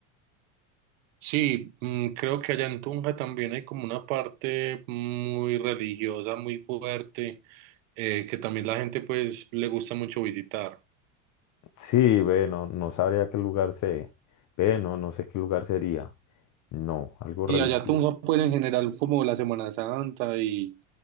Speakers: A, on the right; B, on the left.
A: Sí, mm, creo que allá en Tunja también hay como una parte muy religiosa, muy fuerte, eh, que también la gente pues le gusta mucho visitar.
B: Sí, ve, no, no sabría qué lugar sé. Ve, no, no sé qué lugar sería. No, algo
A: Y
B: religioso.
A: allá Tunja pues en general como la Semana Santa y,